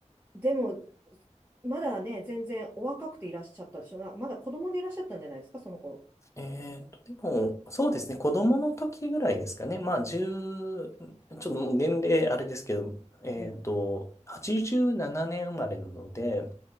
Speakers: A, on the right; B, on the left.
A: でも、まだね、全然お若くていらっしゃったでしょ。なまだ子供でいらっしゃったんじゃないですか、その頃。
B: えーと、でも、そうですね、子供の時ぐらいですかね。まあ、1ちょっともう年齢あれですけど、えっと、
A: うん。
B: 87年生まれなので、